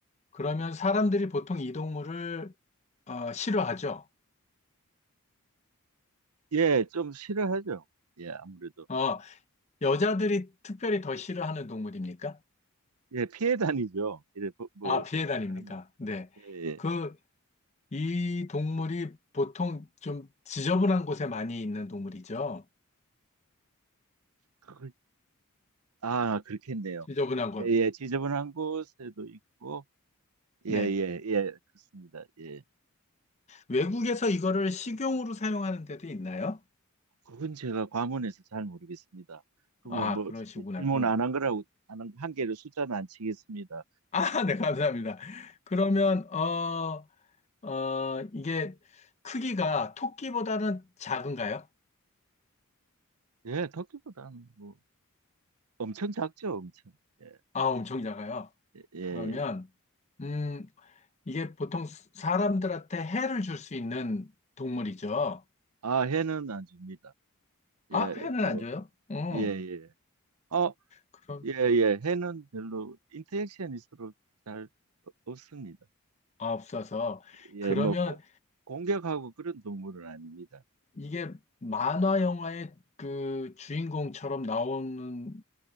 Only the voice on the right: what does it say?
예, 좀 싫어하죠. 예, 아무래도.
예, 피해 다니죠. 이래, 뭐, 뭐
하면.
예, 예.
그- 아, 그렇겠네요.
예, 예, 지저분한 곳에도 있고,
예, 예, 예, 그렇습니다. 예.
그건 제가 과문해서 잘 모르겠습니다. 그, 뭐,
뭐,
질문
안 한 거라고, 안 한 개를 숫자는 안 치겠습니다.
예, 토끼보다는 뭐 엄청 작죠, 엄청. 예,
예.
아, 해는 안 줍니다.
예,
뭐,
예, 예. 어,
예, 예. 해는 별로 인터랙션이 서로 잘 없- 없습니다.
예,
뭐 고- 공격하고 그런 동물은 아닙니다.